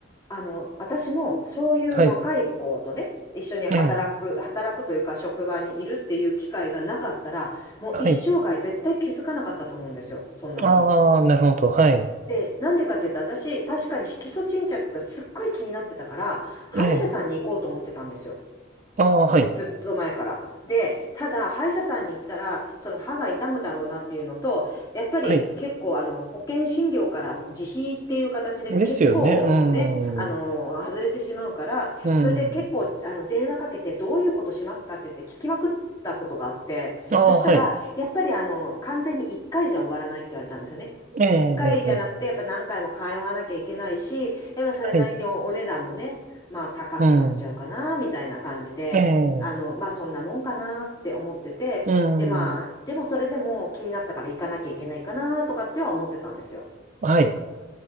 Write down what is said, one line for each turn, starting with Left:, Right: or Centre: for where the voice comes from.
Left: あの、私もそういう若い子とね、
Right: はい。
Left: 一緒に働く、
Right: ええ
Left: 働くというか職場にいるっていう機会がなかったら、もう一生涯絶対気づかなかったと思うんですよ。
Right: はい。
Left: そんなこと。
Right: ああ、なるほど。はい。
Left: で、なんでかっていうと、私、確かに色素沈着がすっごい気になってたから、歯医者さんに行こうと思ってたんですよ。
Right: ええああ、はい。
Left: ずっと前から。で、ただ、歯医者さんに行ったら、その歯が痛むだろうなっていうのと、やっぱり結構、
Right: はい。
Left: あの、保険診療から自費っていう形で結構ね、
Right: ですよね。う
Left: あの、
Right: ん。
Left: 外れてしまうから、
Right: うん。
Left: それで結構、あの、電話かけてどういうことしますかって言って聞きまくったことがあって、
Right: ああ、
Left: そしたら、
Right: はい。
Left: やっぱりあの、完全に1回じゃ終わらないって言われたんですよね。
Right: ええええええ
Left: 1回じゃなくて、やっぱ何回も通わなきゃいけないし、やっぱそれなりにおお値段もね、
Right: はい。
Left: まあ高くなっちゃうかな、
Right: うん。
Left: みたいな感じで、
Right: ええ
Left: あの、まあそんなもんかなって思ってて、
Right: うん。
Left: でまあ、でもそれでも気になったから行かなきゃいけないかなとかっては思ってたんですよ。
Right: はい。